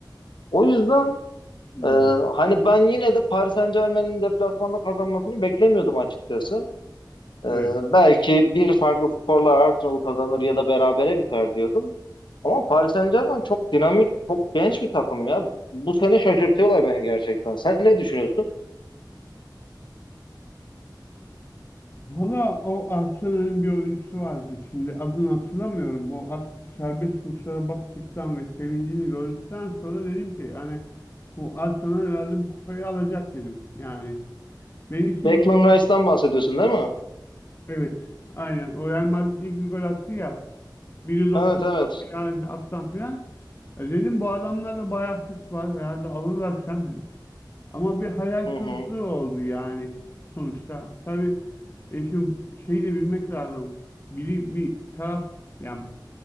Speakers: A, on the left (about 85°); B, on the left (about 30°).
A: O yüzden
B: Hmm,
A: e, hani ben yine de Paris Saint-Germain'in deplasmanda kazanmasını beklemiyordum açıkçası. E,
B: evet.
A: belki bir farklı skorla Arsenal kazanır ya da berabere biter diyordum. Ama Paris Saint-Germain çok dinamik, çok genç bir takım ya. Bu sene şaşırtıyorlar beni gerçekten. Sen ne düşünüyorsun?
B: Valla o Arsenal'in bir oyuncusu vardı şimdi adını hatırlamıyorum. O attı serbest vuruşlara baktıktan ve sevincini gördükten sonra dedim ki yani bu Arsenal herhalde bu kupayı alacak dedim. Yani benim için
A: Declan
B: bir
A: Rice'dan bahsediyorsun değil mi?
B: evet aynen o Real Madrid 200 gol attı ya biri 90'dan
A: Evet evet.
B: bir attan filan. E dedim bu adamlarda bayağı hırs var herhalde alırlar sen dedim. Ama bir hayal
A: Hı
B: kırıklığı oldu yani sonuçta. Tabii e, şimdi şey de bilmek lazım. Biri bir taraf yani